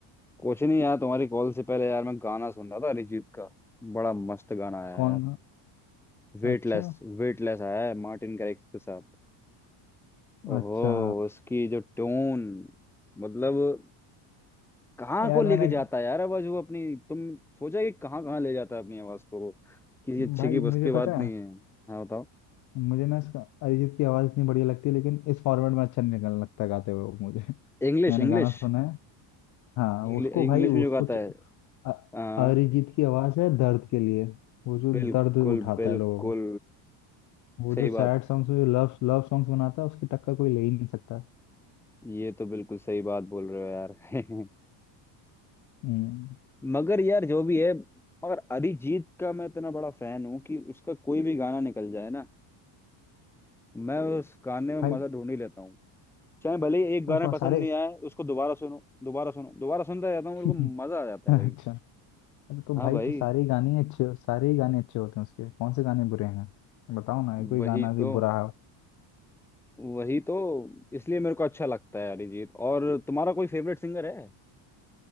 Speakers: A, in the centre; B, on the left.
A: कुछ नहीं यार तुम्हारी कॉल से पहले यार मैं गाना सुन रहा था अरिजीत का बड़ा मस्त गाना आया
B: कौन
A: यार वेटलेस
B: अच्छा
A: वेटलेस आया है मार्टिन गारिक्स के साथ ओहो
B: अच्छा
A: उसकी जो ट्यून मतलब कहाँ
B: यार
A: को लेके
B: मैंने
A: जाता है यार आवाज वो अपनी तुम सोचा कि कहाँ कहाँ ले जाता है अपनी आवाज को वो? किसी अच्छे
B: भाई
A: की बस
B: मुझे
A: की बात
B: पता
A: नहीं
B: है
A: है हाँ बताओ
B: मुझे ना इसका अरिजीत की आवाज़ इतनी बढ़िया लगती है लेकिन इस फॉर्मेट में अच्छा नहीं निकलने लगता है गाते हुए वो मुझे <laughs>
A: English
B: मैंने
A: English
B: गाना सुना है हाँ
A: इंग्लिश
B: उसको भाई उसको
A: में जो गाता
B: च-
A: है
B: अ-
A: हाँ।
B: अरिजीत की आवाज़ है दर्द के लिए वो जो
A: बिल्कुल
B: दर्द उठाता
A: बिल्कुल
B: है लोगों का वो
A: सही
B: जो सैड
A: बात
B: सॉन्ग्स जो लव लव सॉन्ग्स बनाता है उसकी टक्कर कोई ले ही नहीं सकता
A: ये तो बिल्कुल सही बात बोल रहे हो यार
B: हम्म
A: <laughs> मगर यार जो भी है मगर अरिजीत का मैं इतना बड़ा फैन हूँ कि उसका कोई भी गाना निकल जाए ना मैं उस गाने में
B: भाई
A: मजा ढूंढ ही लेता हूँ चाहे भले ही एक
B: तो
A: बार
B: बहुत
A: में पसंद
B: सारे
A: नहीं आए उसको दोबारा सुनो दोबारा सुनो दोबारा सुनता रहता हूँ
B: <laughs>
A: मेरे को मजा आ जाता
B: अच्छा
A: है भाई
B: अरे तो
A: हाँ
B: भाई
A: भाई
B: तो सारे ही गाने ही अच्छे सारे ही गाने अच्छे होते हैं उसके कौन से गाने बुरे हैं बताओ ना कोई
A: वही
B: गाना कि
A: तो
B: बुरा है
A: वही तो इसलिए मेरे को अच्छा लगता है अरिजीत और तुम्हारा कोई फेवरेट सिंगर है